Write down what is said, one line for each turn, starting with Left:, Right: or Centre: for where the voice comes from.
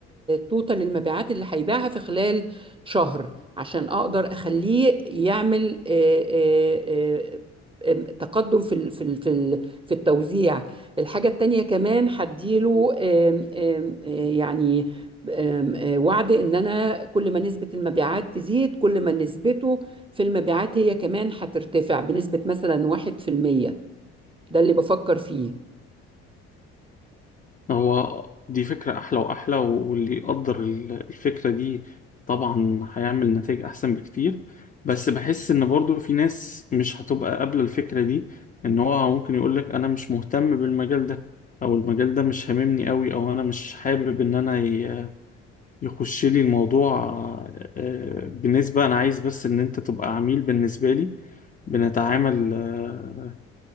Right: توتال المبيعات اللي هيبيعها في خلال شهر عشان اقدر اخليه يعمل آه، آه، آه، آم، تقدم في ال- في ال- في ال- في التوزيع الحاجة التانية كمان هديله آم، آم، آه، يعني آم، آه، وعد ان انا كل ما نسبة المبيعات تزيد كل ما نسبته في المبيعات هي كمان هترتفع بنسبة مثلا واحد في المية ده اللي بفكر فيه
Left: هو دي فكرة أحلى وأحلى واللي يقدر ال- الفكرة دي طبعا هيعمل نتائج أحسن بكتير بس بحس إن برضو في ناس مش هتبقى قابلة الفكرة دي إن هو ممكن يقولك أنا مش مهتم بالمجال ده أو المجال ده مش هاممني أوي أو أنا مش حابب إن أنا ي- يخش لي الموضوع آه، بنسبة أنا عايز بس إن أنت تبقى عميل بالنسبة لي بنتعامل آه،